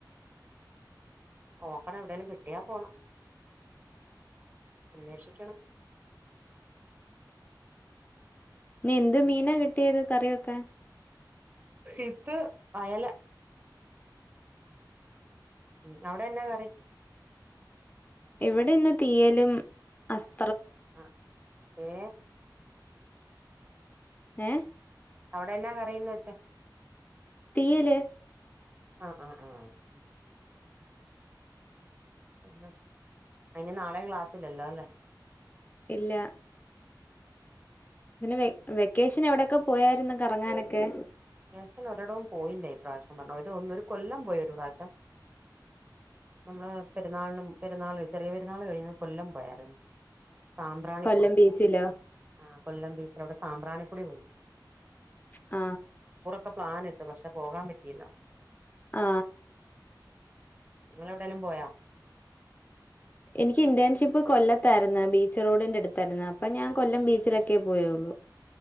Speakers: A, on the right; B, on the left.
A: നോക്കണം എവിടെലും കിട്ടിയാ പോണം അന്വേഷിക്കണം
B: ഇന്ന് എന്ത് മീനാ കിട്ടിയത് കറിവെക്കാൻ
A: ഇത് അയല ഉ അവിടെ എന്നാ കറി-
B: എവിടെ ഇന്ന് തീയലും അസ്-
A: ആ ഏ
B: ഏ
A: അവിടെ എന്നാ കറിയന്ന് വെച്ചാ
B: തീയല്-
A: ആ ആ ആ ഉ പിന്നേ അയിന് നാളെയും ക്ലാസ്സില്ലല്ലോ അല്ലേ
B: ഇല്ലാ പിന്നെ വെ വെക്കേഷൻ എവിടെക്കെ പോയായിരുന്നു കറങ്ങാനൊക്കെ
A: വെക്കേഷൻ ഒരിടവും പോയില്ല ഇപ്രാവശ്യം പറഞ്ഞു ഒരു ഒ ഒരു കൊല്ലം പോയി ഒരു പ്രാവശ്യം നമ്മള് പെരുന്നാളിനും പെരുന്നാൾ ചെറിയ പെരുന്നാള് കഴിഞ്ഞ് കൊല്ലം പോയാരുന്നു സാമ്പ്രാണിക്കൊടി
B: കൊല്ലം ബീച്ചിലോ
A: വേറെ ആ കൊല്ലം ബീച്ചിലവിടെ സാമ്പ്രാണി ക്കൊടി പോയി
B: ആ
A: യൊക്കെ പ്ലാനിട്ട് പക്ഷെ പോകാൻ പറ്റിയില്ല
B: ആ
A: നിങ്ങളെവിടേലും പോയോ
B: എനിക്ക് ഇന്റേൺഷിപ്പ് കൊല്ലത്തായിരുന്നു ബീച്ച് റോഡിന്റെ അടുത്തായിരുന്നു അപ്പൊ ഞാൻ കൊല്ലം ബീച്ചിലൊക്കെയേ പോയുള്ളു